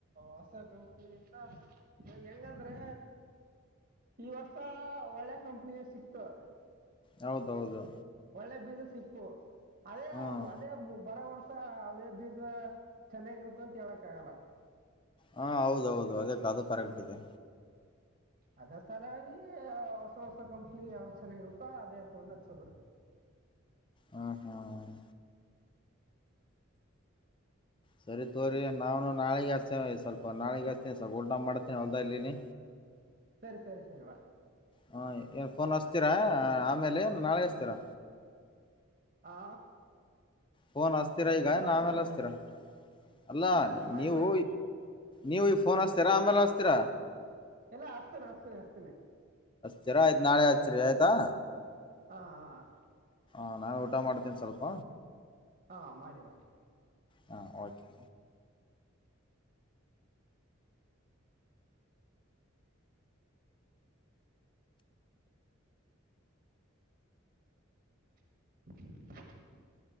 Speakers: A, on the right; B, on the left.
A: ಹೊಸ. ಕಂಪ್ನಿಂತ ಹೆಂಗಂದ್ರೆ ಈ ವರ್ಷ ಒಳ್ಳೆ ಕಂಪ್ನಿ ಸಿಕ್ತು.
B: ಹೌದೌದು
A: ಒಳ್ಳೆ ಬೀಜ ಸಿಕ್ಕು ಅದೇ
B: ಹ್ಮ್
A: ಅದೇ ಬರೋ ವರ್ಷ ಹೊಸ ಅದೇ ಬೀಜ ಚೆನ್ನಾಗಿರುತ್ತ ಅಂತ ಹೇಳಕ್ ಆಗಲ್ಲ
B: ಹಾ ಹೌದೌದು ಅದ ಅದು ಕರೆಕ್ಟ್ ಇದೆ.
A: ಅದ ಸಲಾಗಿ ಹೊಸ ಹೊಸ ಕಂಪ್ನಿ ಯಾವ ಚೆನ್ನಾಗಿರುತ್ತೋ ಅದೇ ತಗೊಂಡ ಹಚ್ಚೋದ.
B: ಹ್ಮ್ ಹ್ಮ್ ಸರಿ ತೊಗ್ರಿ ನಾನು ನಾಳಗ ಹಸ್ತೇನೆ ಸ್ವಲ್ಪ ನಾಳೆಗ ಹಸ್ತೀನಿ ಸ್ವಲ್ಪ ಊಟಾ ಮಾಡ್ತೀನಿ ಹೊಲ್ದಗ ಅದೇನಿ.
A: ಸರಿ ಸರಿ ಸರಿ ಬ.
B: ಹ ಫೋನ್ ಹಚ್ತೀರಾ ಆಮೇಲೆ ನಾಳೆಗ ಹಚ್ತೀರಾ
A: ಹಾ
B: ಫೋನ್ ಹಚ್ಚ್ತೀರಾ ಈಗ
A: ಸರಿ ಮಾಡಿ
B: ನಮೇಲೆ
A: ಮಾಡಿ
B: ಹಚ್ಚ್ತೀರಾ
A: ಮಾಡಿ
B: ಅಲ್ಲ
A: ಇಲ್ಲ ಇಲ್ಲ ಮಾಡಿ
B: ನೀವು
A: ಮಾಡಿ
B: ನೀವು. ಫೋನ್ ಹಚ್ಚಿತೀರಾ ಆಮೇಲೆ ಹಚ್ಚುತಿರ
A: ಎಲ್ಲಾ ಹಚ್ಚಿತೀನಿ ಹಚ್ಚಿತೀನಿ ಹಚ್ಚಿತೀನಿ
B: ಸರಿ ಆಯ್ತು ನಾಳೆ ಹಚ್ಚರಿ ಆಯ್ತಾ
A: ಹಾ ಹ
B: ಹಾಂ ನಾನು ಊಟ ಮಾಡ್ತೀನಿ ಸ್ವಲ್ಪ
A: ಹಾ ಮಾಡಿ ಮಾಡಿ
B: ಹಾ ಓಕೆ
A: <unintelligible>